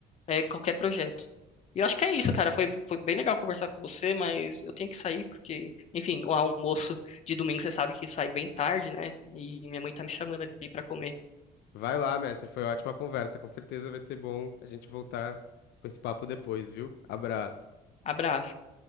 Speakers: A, on the left (about 40°); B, on the left (about 75°).
A: é, qualquer projeto. E eu acho que é isso, cara. Foi, foi bem legal conversar com você, mas eu tenho que sair porque, enfim, o almoço de domingo você sabe que sai bem tarde, né? E minha mãe tá me chamando ali para comer.
B: Vai lá, mestre. Foi ótima conversa. Com certeza vai ser bom a gente voltar com esse papo depois, viu? Abraço.
A: Abraço.